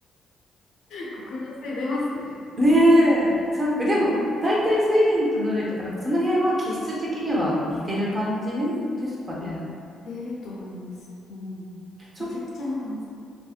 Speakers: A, on the left; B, on the right.
A: 国民性出ますね。
B: <laughs> ねえ、そっか、でも、
A: うん
B: 大体スウェーデンとノルウェーとか、なんかその辺は気質的には似てる感じですかね。
A: うん似てると思います。うん。
B: そっか。
A: めちゃくちゃ似てます。